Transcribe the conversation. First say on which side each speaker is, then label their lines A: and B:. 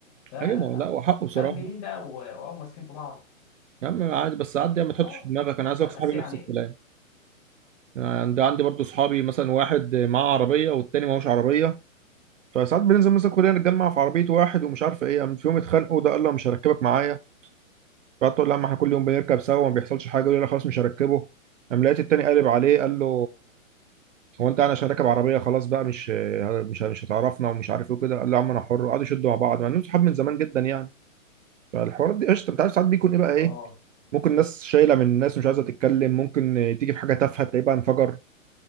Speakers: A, on the left (about 20°); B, on the right (about 65°).
A: فقام
B: ايوه ما هو لا وحقه بصراحه
A: جايين بقى و- وقاموا ماسكين في بعض
B: يا عم عادي بس عادي يعني ما تحطش
A: اه
B: في دماغك انا عايز
A: لا
B: اقول
A: بس
B: صحابي
A: يعني
B: نفس الكلام يعني عندي عندي برضه صحابي مثلا واحد معاه عربيه والتاني معهوش عربيه فساعات بننزل مثلا كلنا نتجمع في عربيه واحد ومش عارف ايه يعني في يوم اتخانقوا ده قال له مش هركبك معايا فقعدت اقول له يا عم احنا كل يوم بنركب سوا وما بيحصلش حاجه يقول لي لا خلاص مش هركبه قام لقيت التاني قالب عليه قال له هو انت انا عشان راكب عربيه خلاص بقى مش مش مش هتعرفنا ومش عارف ايه وكده قال له يا عم انا حر وقعدوا يشدوا مع بعض مع انهم صحاب من زمان جدا يعني فالحوارات دي قشطه انت عارف ساعات بيكون ايه بقى
A: اه
B: ايه ممكن ناس شايله من الناس ومش عايزه تتكلم ممكن تيجي في حاجه تافهه تلاقيه بقى انفجر